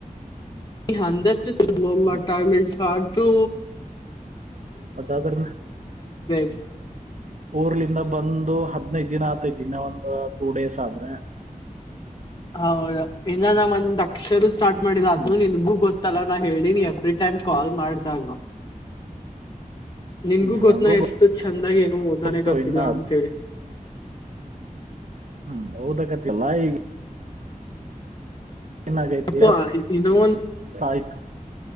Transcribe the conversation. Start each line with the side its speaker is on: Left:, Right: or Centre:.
Left: ಈ ಅಂದಷ್ಟ ಸುಲಭ ಅಲ್ಲ
Right: ಹ್ಮ್.
Left: ಟೈಮ್ ಎಲ್ಲ ಸ್ಟಾತು
Right: ಮತ್ತ ಅದ್ರ
Left: <unintelligible>
Right: ಊರ್ಲಿಂದ ಬಂದು ಹದ್ನೈದ ದಿನ ಆತೈತಿ ಇನ್ನ ಒಂದ ಟೂ ಡೇಸ್ ಆದ್ರೆ
Left: ಹಾಂ ಇನ್ನ ನಾ ಒಂದ ಅಕ್ಷರು ಸ್ಟಾರ್ಟ್ ಮಾಡಿಲ್ಲ
Right: ಹ್ಮ್
Left: ಅದ್ನು ನಿನ್ಗೂ ಗೊತ್ ತ್ತಲ ನಾ ಹೇಳಿನಿ ಎವ್ರಿ ಟೈಮ್ ಕಾಲ್ ಮಾಡಿದಾಗ ನಿನ್ಗೂ
Right: ಹ್ಮ್
Left: ಗೊತ್ತ
Right: ನಂಗೂ
Left: ನಾ ಎಷ್ಟ ಚಂದಾ ಏನು ಓದಾನೆ
Right: ಗೊತ್ತು
Left: ಕತ್ತಿಲ್ಲ
Right: ಇನ್ನ
Left: ಅಂತ ಹೇಳಿ
Right: ಹ್ಮ ಓದಕತ್ತಿಲ್ಲಾ ಈಗ ಏನಾಗೈತಿ
Left: ಅಪ್ಪ
Right: ಎ
Left: ಇನ್ನೋ ಒಂದ್
Right: ಸಾಯ್ತಾ